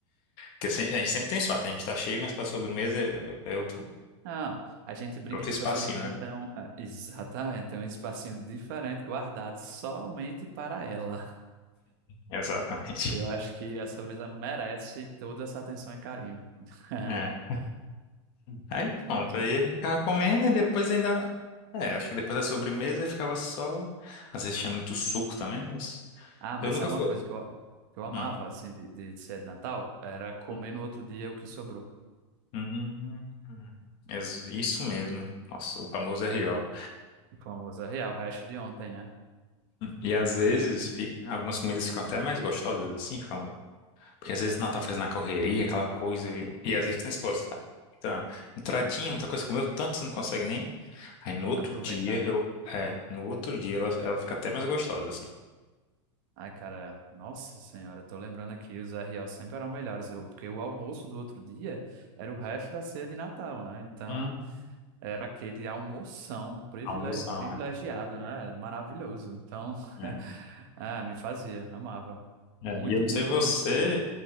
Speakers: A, on the left; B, on the right.
A: que assim, a gente sempre tem espaço, a gente tá cheio, mas pra sobremesa eu, eu
B: Não, a gente brinca
A: Outro
B: que
A: espacinho,
B: para sobremesa
A: né?
B: tem um, é, exatamente, tem um espacinho diferente guardado somente para ela.
A: Exatamente.
B: Eu acho que a sobremesa merece toda essa atenção e carinho. <laughs>
A: É. Aí pronto, aí a gente ficava comendo e depois ainda. É, acho que depois da sobremesa ficava só. Às vezes tinha muito suco também, mas.
B: Ah, mas
A: Eu nunca
B: sabe
A: fui.
B: uma coisa que eu, que eu amava
A: Hum,
B: assim de, de ser de Natal? Era comer
A: hum,
B: no outro dia o que sobrou.
A: hum, hum. Ex- Isso mesmo. Nossa, o famoso R.O.
B: Famosa real, o resto de ontem, né?
A: E às vezes fica... algumas comidas ficam até mais gostosas assim, ficam Porque às vezes não tá fazendo na correria, aquela coisa. E, e às vezes, como você falou, você tá com muita entradinha, muita coisa. Você comeu tanto, você não consegue nem. Aí no outro
B: Aproveitar.
A: dia, eu, é, no outro dia ela, ela fica até mais gostosa, assim.
B: Ai, cara, nossa senhora, eu tô lembrando aqui, os R.O. sempre eram melhores, eu- porque o almoço do outro dia era o resto da ceia de Natal, né? Então,
A: Uhum.
B: era aquele almoção privile-
A: Almoção,
B: privilegiado,
A: é.
B: né? Maravilhoso. Então, <laughs>
A: É,
B: ah, me fazia, amava.
A: é.
B: Muito,
A: E eu não
B: muito,
A: sei você,
B: muito mesmo.